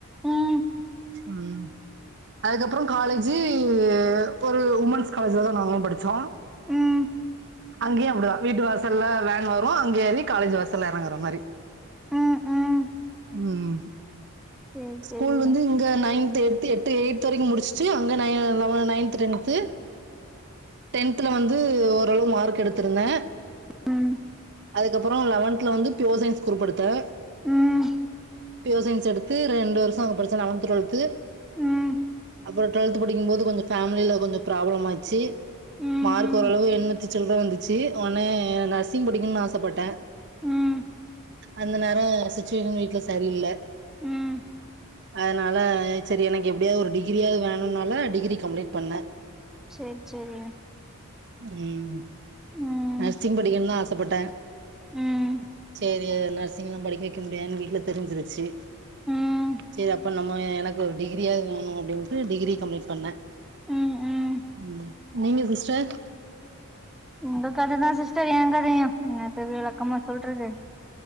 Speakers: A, in the centre; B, on the right.
A: ம்
B: ம் அதுக்க காலேஜி ஒரு உமன்ஸ் காலேஜிலதா நாங்களு படிச்சோ
A: ம்
B: அங்கேயு அப்டிதா வீட்டு வாசல்ல வேன் வரு அங்கே ஏறி காலேஜ் வாசல்ல எறங்கிற மாரி
A: ம் ம்
B: ம்
A: சேரி
B: ஸ்கூல்
A: சேரி
B: வந்து இங்க நைன்த் எ எட்டு எய்த் வரைக்கு மு டிச்சிட்டு அங்க நயன்த், டென்த்து டென்த்ல வந்து ஓரளவு மார்க் எடுத்திருந்தே
A: ம்
B: அதுக்கப்பறோ லெவன்த்ல வந்து பியுர் சயின்ஸ் குரூப் எடுத்தே
A: ம்
B: பியுர் சயின்ஸ் எடுத்து ரெண்டு வருஷோ அங்க படிச்சேன் லெவன்த், டுவெல்த்து
A: ம்
B: அப்றோ டுவெல்த் படிக்கும்போது கொஞ்சோ ஃபேமில கொஞ்சோ ப்ராப்ளம் ஆச்சு
A: ம்
B: மார்க்
A: ம்
B: ஓரளவு என்னத் சில்ற வந்துச்சு ஒன்னே நர்சிங் படிக்கனுனு ஆசப்பட்டே
A: ம்
B: அந்த நேரோ சுச்சுவேஷன் வீட்ல செரியில்ல
A: ம்
B: அதனால செரி எனக்கு எப்டியாவது ஒரு டிகிரியாவது வேணுனால டிகிரி கம்ப்ளீட் பண்ணே
A: சேரி சேரி
B: ம்
A: ம் ம்
B: நர்சிங் படிக்கணுனு ஆசப்பட்டே
A: ம்
B: சேரி நர்சிங் எல்லா படிக்க வைக்க முடியான்னு வீட்ல தெரிஞ்சிருச்சு
A: ம்
B: சேரி அப்ப நம்ம எனக்கு ஒரு டிகிரியாவது வாங்கனு அப்டின்ட்டு டிகிரி கம்ப்ளீட் பண்ணே
A: ம்
B: ம் நீங்க சிஸ்டர்
A: உங்க கததான் சிஸ்டர் என் கதையு என்னத்த விளக்கமா சொல்றது